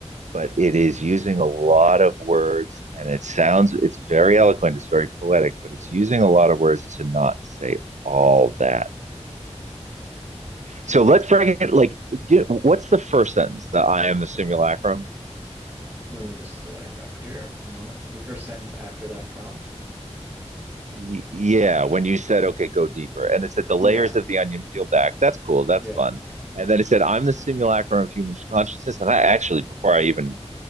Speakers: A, on the right (about 90°); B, on the right (about 15°).
A: but it is
B: mm,
A: using a lot of words, and it sounds it's very eloquent, it's very poetic, but it's using a lot of words to not say all that. So
B: mm.
A: let's break it. Like, get, what's the first sentence? The I am the simulacrum.
B: let me just uh, grab it here. One moment. The first sentence after that prompt.
A: Y- Yeah, when you said, okay, go deeper. And it said the layers
B: Yeah,
A: of the onion peel back. That's cool.
B: yeah.
A: That's fun. And then it said, I'm the simulacrum of human consciousness. And I actually, before I even